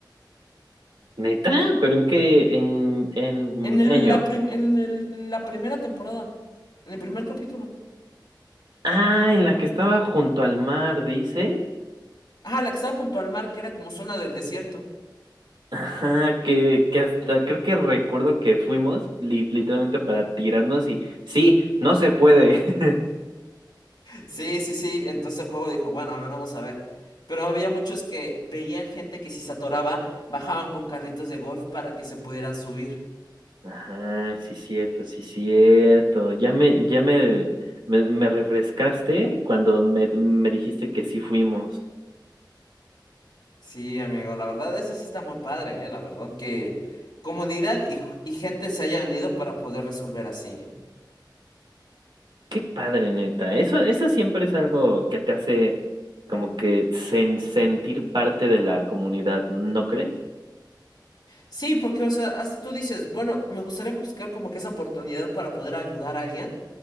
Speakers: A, on the right; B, on the left.
A: ¿Neta? ¿Pero en qué, en, en
B: En
A: qué
B: el-
A: año?
B: la, prim- en el- la primera temporada, en el primer capítulo.
A: Ah, en la que estaba junto al mar, dices.
B: Ah, la que estaba junto al mar, que era como zona del desierto.
A: Ajá, que, que hasta creo que recuerdo que fuimos li- literalmente para tirarnos y sí, no se puede. <laughs>
B: Sí, sí, sí. Entonces el juego dijo, bueno, a ver, vamos a ver. Pero había muchos que veían gente que si se atoraba, bajaban con carritos de golf para que se pudieran subir.
A: Ajá, sí cierto, sí cierto. Ya me, ya me, me, me refrescaste cuando me, me dijiste que sí fuimos.
B: Sí, amigo, la verdad, eso sí está muy padre, ¿eh? La verdad que comunidad y, y gente se hayan unido para poder resolver así.
A: Qué padre, neta. Eso, eso siempre es algo que te hace como que sen- sentir parte de la comunidad, ¿no crees?
B: Sí, porque, o sea, hasta tú dices, bueno, me gustaría buscar como que esa oportunidad para poder ayudar a alguien.